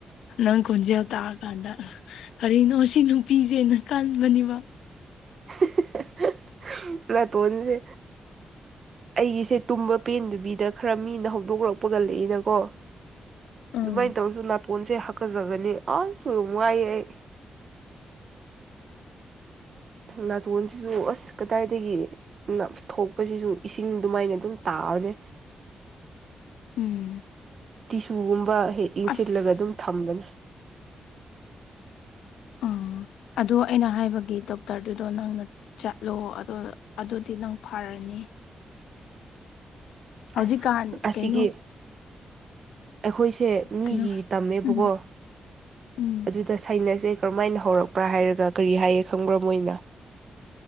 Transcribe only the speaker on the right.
<inaudible> ꯅꯇꯣꯟꯁꯦ ꯑꯩꯒꯤꯁꯦ ꯇꯨꯝꯕ ꯄꯦꯟꯗꯕꯤꯗ ꯈꯔ ꯃꯤꯅ ꯍꯧꯗꯣꯛꯂꯛꯄꯒꯜꯂꯛꯏꯅꯀꯣ
ꯑꯗꯨꯃꯥꯏꯅ ꯇꯧꯔꯁꯨ ꯅꯥꯇꯣꯟꯁꯦ ꯍꯥꯀꯠꯆꯒꯅꯤ ꯑꯁ ꯌꯥꯝ ꯋꯥꯏꯌꯦ ꯑꯩ ꯅꯇꯣꯟꯁꯤꯁꯨ ꯀꯗꯥꯏꯗꯒꯤ ꯊꯣꯛꯄꯁꯤꯁꯨ ꯏꯁꯤꯡ ꯑꯗꯨꯃꯥꯏꯅ ꯑꯗꯨꯝ ꯇꯥꯕꯅꯦ
ꯇꯤꯁꯨꯒꯨꯝꯕ ꯍꯦꯛ ꯏꯟꯁꯤꯜꯂꯒ
ꯑꯗꯨꯝ ꯊꯝꯕꯅꯦ
ꯑꯁ ꯑꯁꯤꯒꯤ
ꯑꯩꯈꯣꯏꯁꯦ ꯃꯤꯒꯤ
ꯇꯝꯃꯦꯕꯀꯣ
ꯑꯗꯨ ꯑꯗ ꯁꯥꯏꯩꯅꯁꯁꯦ ꯀꯔꯝꯥꯏꯅ ꯍꯧꯔꯛꯄ꯭ꯔꯥ ꯍꯥꯏꯔꯒ ꯀꯔꯤ ꯍꯥꯏꯌꯦ ꯈꯪꯕ꯭ꯔꯥ ꯃꯣꯏꯅ